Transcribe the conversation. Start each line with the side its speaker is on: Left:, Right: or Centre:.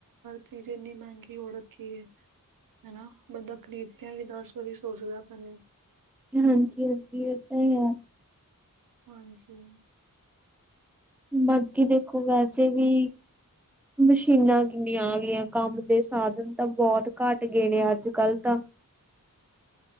Right: ਚੀਜ਼ ਇੰਨੀ ਮਹਿੰਗੀ ਹੋ ਰੱਖੀ ਹੈ ਹਨਾ ਬੰਦਾ ਖਰੀਦ ਆਂ ਵੀ ਦਸ ਵਾਰੀ ਸੋਚਦਾ ਪਹਿਲੇ
Centre: ਹਾਂਜੀ, ਹਾਂਜੀ ਇਹ ਤਾਂ ਹੀ ਹੈ।
Right: ਹਾਂਜੀ।
Centre: ਬਾਕੀ ਦੇਖੋ ਵੈਸੇ ਵੀ, ਮਸ਼ੀਨਾਂ ਕਿੰਨੀਆਂ ਆ ਗਈਆਂ। ਕੰਮ ਦੇ ਸਾਧਨ ਤਾਂ, ਬਹੁਤ ਘੱਟ ਗਏ ਨੇ, ਅੱਜ ਕੱਲ ਤਾਂ